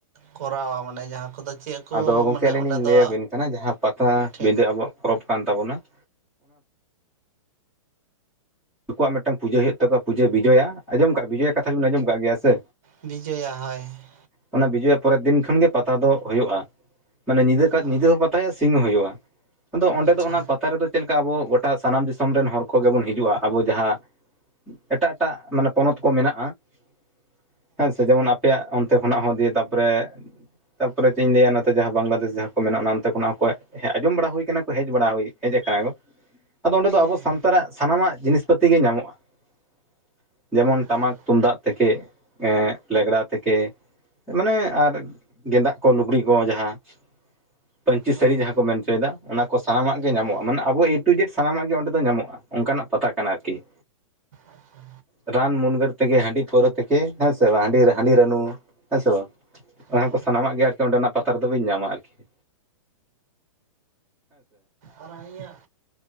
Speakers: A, on the right (about 30°); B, in the centre.
A: ᱠᱚᱨᱟᱣᱟ ᱢᱟᱱᱮ ᱡᱟᱦᱟᱸ ᱠᱚᱫᱚ ᱪᱮᱫ ᱠᱚ
B: ᱟᱫᱚ ᱜᱚᱝᱠᱮ
A: ᱢᱟᱱᱮ
B: ᱟᱹᱞᱤᱧ
A: ᱚᱸᱰᱮ
B: ᱞᱤᱧ
A: ᱫᱚ
B: ᱞᱟᱹᱭᱟᱵᱤᱱ ᱠᱟᱱᱟ ᱡᱟᱦᱟᱸ ᱯᱟᱴᱟᱵᱤᱫᱟᱹ
A: ᱴᱷᱤᱠ
B: ᱟᱵᱚᱣᱟᱜ ᱯᱚᱨᱚᱵᱽ ᱠᱟᱱ ᱛᱟᱵᱚᱱᱟ ᱾ ᱫᱤᱠᱩᱣᱟᱜ ᱢᱤᱫᱴᱟᱝ ᱯᱩᱡᱟᱹ ᱦᱩᱭᱩᱜ ᱛᱟᱠᱚᱣᱟ, ᱯᱩᱡᱟᱹ ᱵᱤᱡᱚᱭᱟ ᱾ ᱟᱡᱸᱡᱚᱢ ᱠᱟᱜᱼᱟ ᱵᱤᱡᱚᱭᱟ ᱠᱟᱛᱷᱟᱵᱤᱱ ᱟᱸᱡᱚᱢ ᱠᱟᱫ ᱜᱮᱭᱟ ᱥᱮ,
A: ᱵᱤᱡᱚᱭᱟ ᱦᱳᱭ ᱾
B: ᱚᱱᱟ ᱵᱤᱡᱳᱭᱟ ᱯᱚᱨᱮᱨ ᱫᱤᱱ ᱠᱷᱚᱱᱜᱮ ᱯᱟᱛᱟ ᱫᱚ ᱦᱩᱭᱩᱜᱼᱟ ᱾ ᱢᱟᱱᱮ ᱧᱤᱫᱟᱹ
A: ᱚ
B: ᱧᱤᱫᱟᱹ ᱦᱚᱸ ᱯᱟᱛᱟ ᱯᱟᱛᱟᱭᱟ ᱥᱤᱝᱦᱟ ᱦᱩᱭᱩᱜᱼᱟ ᱾ ᱟᱫᱚ ᱚᱸᱰᱮ
A: ᱟᱪᱪᱷᱟ
B: ᱫᱚ ᱚᱱᱟ ᱯᱟᱛᱟ ᱨᱮᱫᱚ ᱪᱮᱫ ᱞᱮᱠᱟ ᱟᱵᱚ ᱜᱚᱴᱟ ᱥᱟᱱᱟᱢ ᱫᱤᱥᱚᱢ ᱨᱮᱱ ᱦᱚᱲ ᱠᱚᱜᱮ ᱵᱚᱱ ᱦᱤᱡᱩᱜᱼᱟ ᱾ ᱟᱵᱚ ᱡᱟᱸᱦᱟᱸ ᱮᱴᱟᱜ ᱮᱴᱟᱜ ᱢᱟᱱᱮ ᱯᱚᱱᱚᱛ ᱠᱚ ᱢᱮᱱᱟᱜᱼᱟ ᱾ ᱦᱮᱸ ᱥᱮ ᱡᱮᱢᱚᱱ, ᱟᱯᱮᱭᱟᱜ ᱚᱱᱛᱮ ᱠᱷᱚᱱᱟᱜ ᱦᱚᱸ ᱫᱤᱭᱮ ᱛᱟᱯᱚᱨᱮ ᱛᱟᱯᱚᱨᱮ ᱪᱮᱫ ᱤᱧ ᱞᱟᱹᱭᱟ ᱡᱟᱸᱦᱟᱸ ᱵᱟᱝᱞᱟᱫᱮᱥ ᱡᱟᱦᱟᱸ ᱠᱚ ᱢᱮᱱᱟᱜᱼᱟ, ᱚᱱᱟ ᱚᱱᱛᱮ ᱠᱷᱚᱱᱟᱜ ᱦᱚᱸ ᱠᱚ ᱟᱸᱡᱚᱢ ᱵᱟᱲᱟ ᱦᱩᱭ ᱠᱟᱱᱟ ᱦᱮᱡᱵᱟᱲᱟ ᱦᱩᱭ ᱦᱮᱡ ᱠᱟᱱᱟ ᱠᱚ ᱾ ᱟᱫᱚ ᱚᱸᱰᱮ ᱫᱚ
A: ᱦᱮᱸ
B: ᱟᱵᱚ ᱥᱟᱱᱛᱟᱲᱟᱜ ᱥᱟᱱᱟᱢᱟᱜ ᱡᱤᱱᱤᱥ ᱯᱟᱹᱛᱤ ᱜᱮ ᱧᱟᱢᱚᱜᱼᱟ ᱾ ᱡᱮᱢᱚᱱ
A: ᱟᱪᱪᱷᱟ
B: ᱴᱟᱢᱟᱠ ᱛᱩᱢᱫᱟᱜ ᱛᱷᱮᱠᱮ ᱞᱮᱜᱽᱲᱟ ᱛᱷᱮᱠᱮ, ᱢᱟᱱᱮ ᱟᱨ ᱜᱮᱸᱫᱟᱜ ᱠᱚ ᱞᱩᱜᱽᱲᱤ ᱠᱚ ᱡᱟᱸᱦᱟᱸ, ᱯᱟᱹᱧᱪᱤ ᱥᱟᱲᱤ
A: ᱦᱳᱭ
B: ᱡᱟᱦᱟᱸ ᱠᱚ ᱢᱮᱱ ᱦᱚᱪᱚᱭᱮᱫᱟ ᱾ ᱚᱱᱟ ᱠᱚ ᱥᱟᱱᱟᱢᱟᱜ ᱜᱮ ᱧᱟᱢᱚᱜᱼᱟ
A: ᱦᱮᱸ
B: ᱾ ᱢᱟᱱᱮ ᱟᱵᱚ ᱮᱴᱩ ᱡᱮᱴ ᱥᱟᱱᱟᱢᱟᱜ ᱜᱮ ᱚᱸᱰᱮ ᱫᱚ ᱧᱟᱢᱚᱜᱼᱟ ᱾ ᱚᱱᱠᱟᱱᱟᱜ ᱯᱟᱛᱟ ᱠᱟᱱᱟ ᱟᱨᱠᱤ᱾
A: ᱟᱪᱪᱷᱟ
B: ᱨᱟᱱᱢᱩᱨᱜᱟᱹᱱ, ᱛᱷᱠᱮ ᱦᱟᱺᱰᱤ ᱯᱟᱹᱣᱨᱟᱹ ᱛᱷᱮᱠᱮ ᱦᱮᱸᱥᱮ ᱵᱟᱝ <unintelligible> ᱦᱟᱺᱰᱤ ᱨᱟᱹᱱᱩ ᱦᱮᱸ ᱥᱮ ᱵᱟᱝ ᱚᱱᱟ
A: ᱦᱮᱸ
B: ᱠᱚ ᱥᱟᱱᱟᱢᱟᱜ ᱜᱮ ᱚᱸᱰᱮᱱᱟᱜ ᱯᱟᱛᱟ ᱨᱮᱫᱚ ᱵᱤᱱ ᱧᱟᱢᱟ ᱟᱨᱠᱤ ᱾
A: ᱟᱨ ᱤᱧᱟᱹᱜ